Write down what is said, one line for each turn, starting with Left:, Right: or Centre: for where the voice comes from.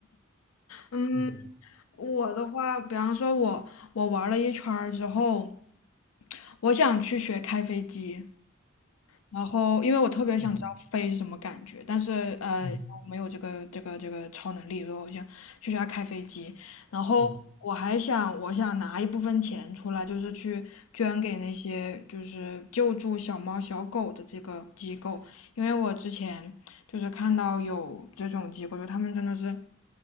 Left: 嗯，
Right: 嗯
Left: 我的话，比方说我我玩了一圈儿之后，我想去学开飞机，然后因为我特别想知道飞是什么感觉，
Right: 嗯
Left: 但是呃我没有这个这个这个超能力，
Right: 嗯
Left: 所以我想去学下开飞机。然后我还想我想拿一部分钱出来，
Right: 嗯
Left: 就是去捐给那些就是救助小猫小狗的这个机构，因为我之前就是看到有这种机构，就他们真的是